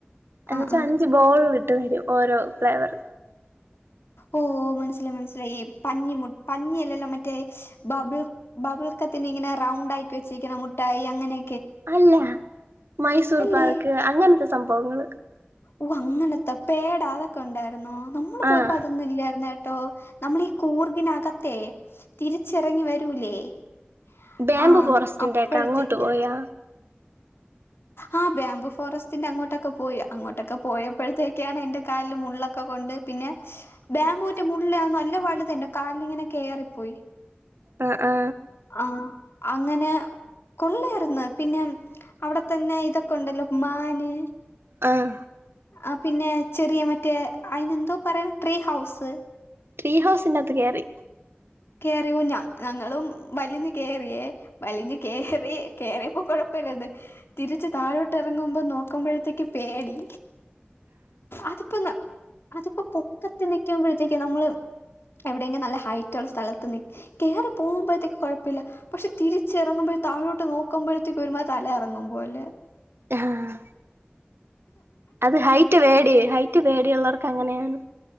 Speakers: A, on the right (about 75°); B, on the left (about 80°).
A: എന്നച്ചാ
B: ആ ആ
A: അഞ്ച്ബോളി- ട്ട് ഓരോഫ്ലേവർ
B: ഓ മനസില മനസിലയി പഞ്ഞിമ പഞ്ഞിയല്ലല്ലോ മറ്റേബബിൾക്കത്തിന്റെ ഇങ്ങനെ റൗണ്ട ആക്കി വെച്ചിരിക്കണ മുട്ടായി അങ്ങനെ
A: അല്ല മൈസൂർ
B: അല്ലേ
A: പാക്ക് അങ്ങനെ <inaudible> അപ്പങ്ങൾ
B: ഓ അങ്ങനത്തെ പേടാ അതൊക്കെ ഉണ്ടായിരുന്നോ നമ്മള് പോയപ്പോ
A: ആഹ്
B: അതൊന്നുല്ലായിരുന്ന നമ്മളീ കൂർഗിനകത്തെ തിരിച്ചിറങ്ങി വരൂലേ <inaudible>
A: ബാങ്ക്
B: ആ
A: ഫോറസ്റ്റിന്റെ
B: അപ്പോഴത്തേക്ക്
A: ഒക്കെ അങ്ങോട്ട് പോയാ
B: ആ ബാബു ഫോറസ്റ്റിന്റെ അങ്ങോട്ടൊക്കെ പോയി അങ്ങോട്ടൊക്കെ പോയപ്പോഴത്തേക്കാണ് എന്റെ കാലിൽ മുള്ളൊക്കെ കൊണ്ട് പിന്നെ ബാബുവിന്റെ മുള്ള്നല്ല വലുതല്ലേ കാലിലിങ്ങനെ കെറിപ്പോയി
A: ആ അ
B: ആഹ അങ്ങനെ കൊള്ളായിരുന്നു ന്നു പിന്നെ അവിടെ തന്നെ ഇതൊക്കെ ഉണ്ടല്ലോ മാന്
A: ആഹ
B: ആ പിന്നെ ചെറിയ മറ്റേ അയിനെന്തോ പറയാന ട്രീ ഹൗസ്
A: ട്രീ ഹൗസിന്റെത്ത് കയറി
B: കേയറിയു ഞങ്ങളും വലിഞ് കേയറിയേ വലിഞ് കേയറി കേയറിയപ്പോ കൊഴപ്പമില്ലായിരുന്നു തിരിച്ച് താഴോട്ട് ഇറങ്ങുമ്പോ നോക്കുമ്പോഴത്തേക്ക് പേടി അതിപ്പോന്ന- അതിപ്പോ പൊക്കത്ത് നിൽക്കുമ്പോഴത്തേക്ക നമ്മള് എവിടെയെങ്കിലും നല്ല ഹൈറ്റ് ഉള്ള സ്ഥലത്ത് നി കേയറി പോകുമ്പോഴത്തേക്ക് കുഴപ്പമില്ല പക്ഷെ തിരിച്ച ഇറങ്ങുമ്പോഴ താഴോട്ട് നോക്കുമ്പോഴത്തേക്ക് ഒരുമാരി തല കറങ്ങുമ്പോലെ
A: ആഹ് അത് ഹൈറ്റ് പേടി ഹൈ റ്റ് പേടിയുള്ളവർക്ക് അങ്ങനെയാണ്